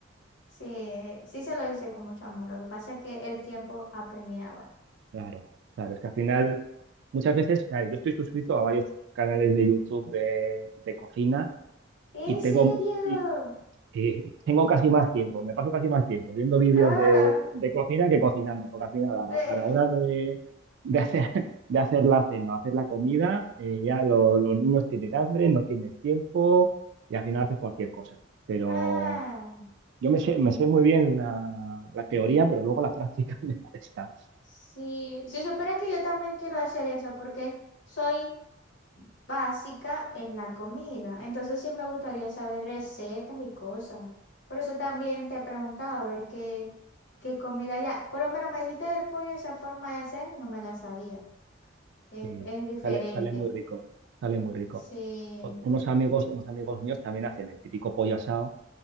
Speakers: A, on the left (about 65°); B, on the right (about 65°).
A: sí, sí se lo hice con mucho amor. Lo que pasa es que el tiempo apremiaba.
B: Claro, claro, es que al final, muchas veces, a ver, yo estoy suscrito a varios canales de YouTube de, de cocina
A: ¿En
B: y tengo,
A: serio?
B: y, eh, tengo casi más tiempo, me paso casi más tiempo viendo vídeos
A: Ah,
B: de, de cocina que cocinando, porque al final a la,
A: eh,
B: a la hora de, de hacer, <laughs> de hacer la cena, hacer la comida, eh, ya lo- los niños tienen hambre, no tienes tiempo y al final haces cualquier cosa. Pero
A: ah,
B: yo me sé, me sé muy bien la, la teoría, pero luego la práctica <laughs> me cuesta.
A: sí. Si supieras que yo también quiero hacer eso porque soy básica en la comida. Entonces sí me gustaría saber recetas y cosas. Por eso también te preguntaba a ver qué, qué comida ya. Por lo menos me dijiste del pollo, esa forma de hacer, no me la sabía. Es,
B: Eh,
A: es diferente.
B: sale, sale muy rico, sale muy rico.
A: Sí.
B: O- Unos amigos, unos amigos míos también hacen el típico pollo asado